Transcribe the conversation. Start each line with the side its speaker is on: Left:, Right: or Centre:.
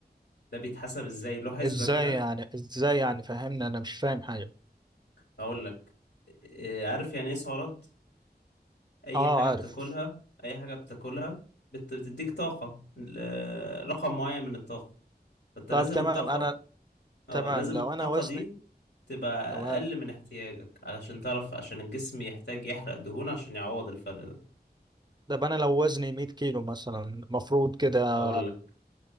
Left: ده بيتحسب ازاي له حسبة
Right: ازاي
Left: كده
Right: يعني ازاي يعني فهمني انا مش فاهم حاجة
Left: هقول لك آه عارف يعني ايه سعرات اي
Right: اه
Left: حاجه
Right: عارف
Left: بتاكلها اي حاجه بتاكلها بت- بتديك طاقه ل- رقم معين من الطاقه فانت
Right: طب
Left: لازم
Right: تمام
Left: الطاقه
Right: انا
Left: اه
Right: تمام
Left: لازم
Right: لو
Left: الطاقه
Right: انا وزني
Left: دي تبقى
Right: تمام
Left: اقل من احتياجك علشان تعرف عشان الجسم يحتاج يحرق دهون عشان يعوض الفرق ده
Right: طب انا لو وزني 100 كيلو مثلا المفروض كده
Left: هقول لك